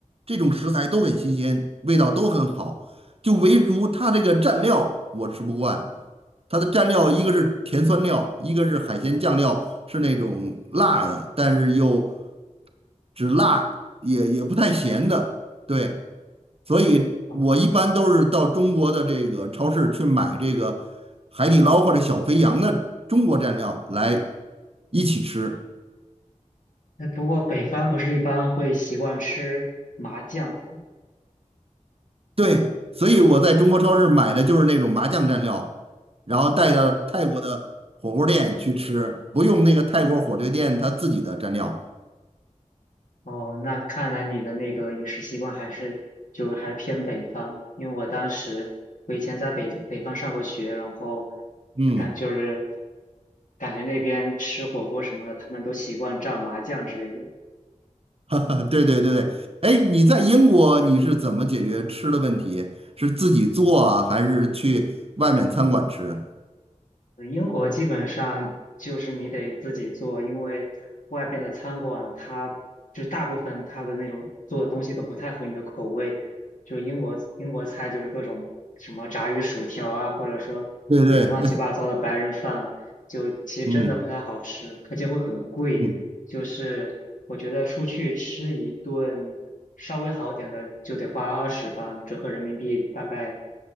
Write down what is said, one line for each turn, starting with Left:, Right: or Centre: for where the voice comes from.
Right: 这种食材都很新鲜，味道都很好。就唯独它这个蘸料我吃不惯，它的蘸料一个是甜酸料，一个是海鲜酱料，
Left: 嗯。
Right: 是那种辣的，但是又只辣也也不太咸的，对。所以我一般都是到中国的这个超市去买这个海底捞或者小肥羊的中国蘸料来
Left: 哦。
Right: 一起吃。
Left: 哎，不过北方不是一般会习惯吃麻酱
Right: 对，所以我在中国超市买的就是那种麻酱蘸料，然后带到泰国的火锅店去吃，
Left: 哦
Right: 不用那个泰国火锅店他自己的蘸料。
Left: 哦，那看来你的那个饮食习惯还是就是还是偏北方，因为我当时我以前在北北方上过学，然后
Right: 嗯，
Left: 感就是感觉那边吃火锅什么的，他们都习惯蘸麻酱之类的。
Right: <laughs> 对对对对。哎，你在英国你是怎么解决吃的问题？是自己做啊，还是去外面餐馆吃？
Left: 呃英国基本上就是你得自己做，因为外边的餐馆它就大部分它的那种做的东西都不太合你的口味。就英国英国菜就是各种什么炸鱼薯条啊，或者说各种乱七八糟的白人饭，
Right: 对对，
Left: 就其实真的不太好吃，
Right: <laughs> 嗯
Left: 而且会很贵。
Right: 嗯。
Left: 就是我觉得出去吃一顿稍微好点的就得花二十吧，折合人民币大概